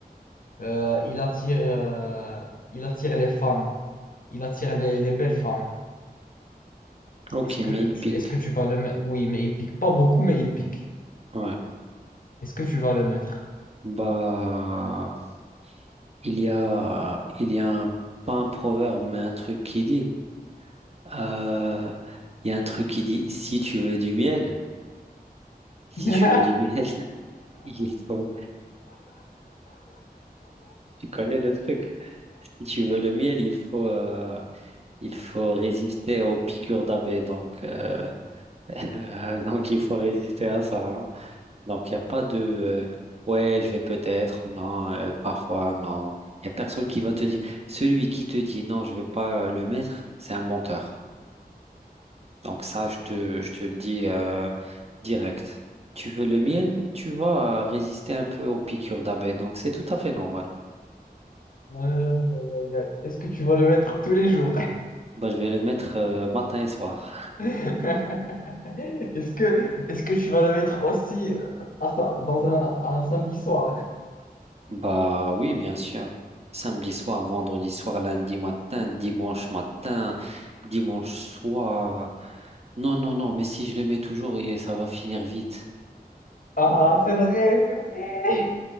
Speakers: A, on the left (about 60°); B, on the right (about 40°).
A: euh, il attire, euh, il attire les femmes, il attire les, les belles femmes.
B: ok,
A: Est-ce que
B: mais il
A: tu,
B: pique.
A: est-ce que tu vas le mettre? Oui, mais il pique pas beaucoup, mais il pique.
B: Ouais.
A: Est-ce que tu vas le mettre?
B: Bah, il y a, il y a un, pas un proverbe, mais un truc qui dit. euh, il y a un truc qui dit, si tu veux du miel, si
A: Aïe,
B: tu veux du miel. Il faut, tu connais le truc. Si tu veux le miel, il faut, euh, il faut résister aux piqûres d'abeilles. Donc, euh, <laughs> donc, il faut résister à ça. hein. Donc, il n'y a pas de euh, ouais, je vais peut-être ou non, euh, parfois non. Il n'y a personne qui va te dire. Celui qui te dit non, je ne vais pas euh, le mettre, c'est un menteur. Donc, ça, je te, je te le dis euh, direct. Tu veux le miel, tu vas euh, résister un peu aux piqûres d'abeilles. Donc, c'est tout à fait normal.
A: aïe, aïe. Est-ce que tu vas le mettre tous les jours? <laughs>
B: Bah, je vais le mettre euh, matin et soir.
A: Est-ce que, est-ce que tu vas le mettre aussi à sa- dans un, à un samedi soir?
B: Bah oui, bien sûr. Samedi soir, vendredi soir, lundi matin, dimanche matin, dimanche soir. Non, non, non, mais si je le mets toujours, et ça va finir vite.
A: Ah, c'est vrai, c'est vrai.